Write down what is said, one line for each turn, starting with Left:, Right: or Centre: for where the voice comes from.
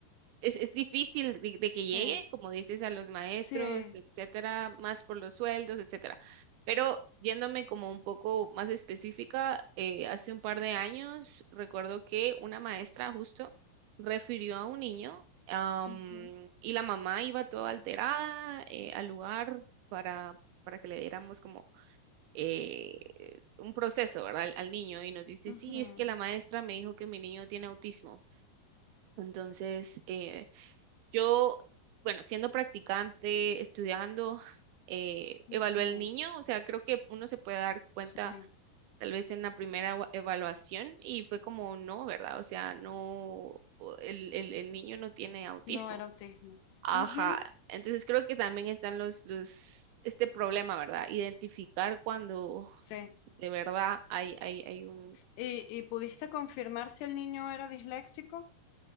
Right: es, es difícil de, de que
Left: Sí,
Right: llegue, como dices, a los maestros,
Left: sí.
Right: etcétera, más por los sueldos, etcétera. Pero yéndome como un poco más específica, eh, hace un par de años recuerdo que una maestra justo refirió a un niño, am,
Left: Ujú,
Right: y la mamá iba toda alterada, eh, al lugar para, para que le diéramos como eh, un proceso, ¿verdad? al al niño y nos dice,
Left: ujú,
Right: sí, es que la maestra me dijo que mi niño tiene autismo. Entonces, eh, yo, bueno, siendo practicante, estudiando, eh,
Left: ujú,
Right: evalué al niño, o sea, creo que uno se puede dar cuenta
Left: Sí,
Right: tal vez en la primera eva- evaluación y fue como no, ¿verdad? O sea, no, o- el, el, el niño no tiene autismo.
Left: no era autismo.
Right: Ajá,
Left: Ujú,
Right: entonces creo que también están los, los, este problema, ¿verdad? Identificar cuando
Left: Sí.
Right: de verdad hay, hay, hay un
Left: ¿Y, y pudiste confirmar si el niño era disléxico?